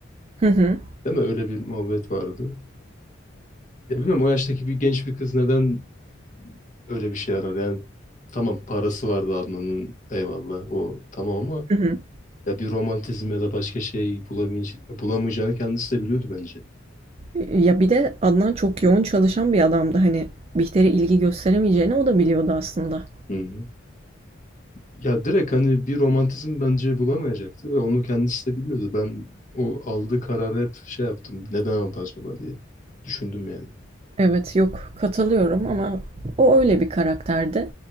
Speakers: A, on the right; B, on the left.
A: Hı hı.
B: Değil mi? Öyle bir muhabbet vardı. Ya bilmiyorum o yaştaki bir genç bir kız neden öyle bir şey arar? Yani tamam parası vardı Adnan'ın eyvallah o tamam ama
A: Hı hı.
B: ya bir romantizm ya da başka şey bulamayacağını, bulamayacağını kendisi de biliyordu bence.
A: E, ya, bir de Adnan çok yoğun çalışan bir adamdı. Hani, Bihter'e ilgi gösteremeyeceğini o da biliyordu aslında.
B: Hı hı. Ya direkt hani bir romantizm bence bulamayacaktı ve onu kendisi de biliyordu. Ben o aldığı kararı hep şey yaptım. Neden aldı acaba diye düşündüm yani.
A: Evet, yok, katılıyorum ama o öyle bir karakterdi.